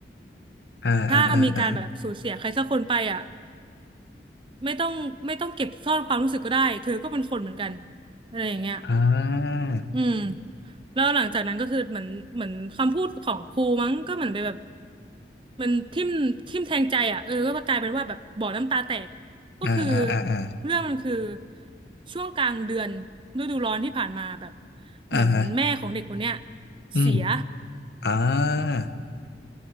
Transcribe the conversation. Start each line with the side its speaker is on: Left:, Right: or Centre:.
Left: อ่าอ่าอ่าอ่า
Right: ถ้ามีการแบบสูญเสียใครสักคนไปอ่ะไม่ต้องไม่ต้องเก็บซ่อนความรู้สึกก็ได้เธอก็เป็นคนเหมือนกันอะไรอย่างเงี้ย
Left: อ่า
Right: อืมแล้วหลังจากนั้นก็คือเหมือนเหมือนคำพูดของครูมั้งก็เหมือนไปแบบมันทิ่มทิ่มแทงใจอ่ะเออก็กลายเป็นว่าแบบบ่อน้ำตาแตกก็คือ
Left: อ่าอ่าอ่าอ่า
Right: เรื่องมันคือช่วงกลางเดือนฤดูร้อนที่ผ่านมาแบบเหมือนแม่ของเด็กคนเนี้ย
Left: อ่าฮะอืม
Right: เสีย
Left: อ่า